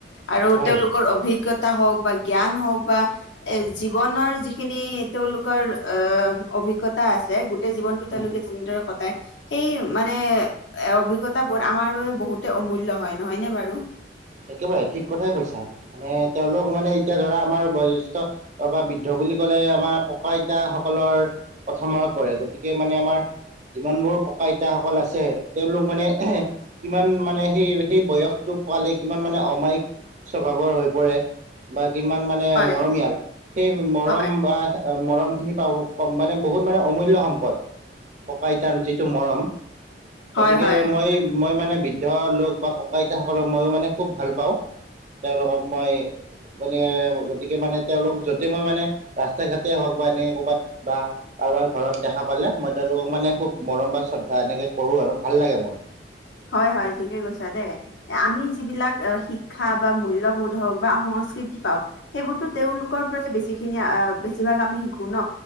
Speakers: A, on the left; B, on the right.
A: আৰু
B: হয়
A: তেওঁলোকৰ
B: হয়
A: অভিজ্ঞতা হওক বা জ্ঞান হওক বা - এ জীৱনৰ যিখিনি তেওঁলোকৰ আহ অভিজ্ঞতা আছে গোটেই জীৱনটোত - তেওঁলোকে
B: উম।
A: যেনেদৰে কটাই সেই - মানে এ অভিজ্ঞতাবোৰ আমাৰ বাবে বহুতে অমূল্য হয় নহয় নে বাৰু?
B: একেবাৰে ঠিক কথাই কৈছা, মানে তেওঁলোক মানে এতিয়া ধৰা আমাৰ বয়োজ্যেষ্ঠ - বা বৃদ্ধ বুলি ক'লে আমাৰ ককা আইতাসকলৰ - কথা মনত পৰে, গতিকে মানে আমাৰ - যিমানবোৰ ককা আইতাসকল আছে তেওঁলোক মানে - কিমান মানে সেই সেই বয়সটো পোৱালে - কিমান মানে অমায়িক স্বভাৱৰ হৈ পৰে, বা কিমান মা নে
A: হয়
B: মৰমীয়াল, সেই মৰম
A: হয়।
B: বা - মৰম খিনি পাব মানে বহুত মানে অমূল্য সম্পদ। ককা আইতাৰ যিটো মৰম। গতিকে
A: হয় হয়
B: মই মই মানে বৃদ্ধ লোক বা ককা আইতাসকলক মইও মানে খুব ভাল পাও। তেওঁলোকক মই - মানে গতিকে মানে তেওঁলোক য'তে মই মানে ৰাস্তা ঘাটেই হওক বা এনেকে ক'ৰবাত - বা কাৰোবাৰ ঘৰত দেখা পালে মই - তেওঁলোকক মানে খুব মৰম বা শ্ৰদ্ধা এনেকে কৰোঁ আৰু ভাল লাগে মোৰ।
A: হয় হয় ঠিকেই কৈছা দেই। এ আমি যিবিলাক শিক্ষা বা মূল্যবোধ হওঁক বা সংস্কৃতি পাওঁ, সেইবোৰতো তেওঁলোকৰ পৰা বেছি খিনি বেছিভাগ আমি শিকো ন।